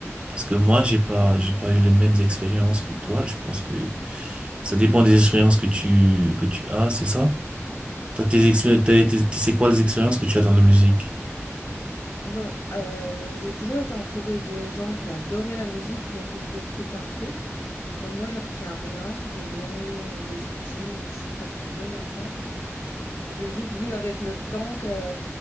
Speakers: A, on the right; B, on the left.
A: parce que moi, j'ai pas, j'ai pas eu les mêmes expériences que toi. Je pense que ça dépend des expériences que tu, que tu as, c'est ça? T'as tes expé- t'as- t'es- t'es- c'est quoi les expériences que tu as dans la musique?
B: Ben, heu, j'ai toujours été entourée de gens qui adoraient la musique, donc ils me faisaient écouter plein de trucs. Heu, moi, je retiens rien, des noms ou des styles, je suis pas très bonne à ça. J'ai juste vu avec le temps que